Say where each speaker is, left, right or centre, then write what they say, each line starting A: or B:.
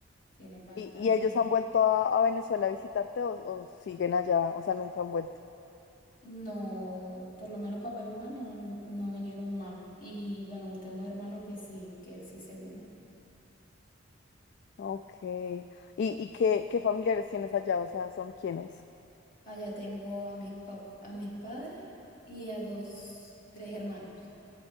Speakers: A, on the left; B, on the left.
A: tienen bastante.
B: ¿Y, y ellos han vuelto a, a Venezuela a visitarte o, o siguen allá? O sea, nunca han vuelto.
A: No, por lo menos papá y mamá no, no, no vinieron más. Y bueno, tengo un hermano que sí, que él sí se vino.
B: Ok. ¿Y, y qué, qué familiares tienes allá? O sea, ¿son quiénes?
A: Allá tengo a mis pap- a mis padres y a dos, tres hermanos.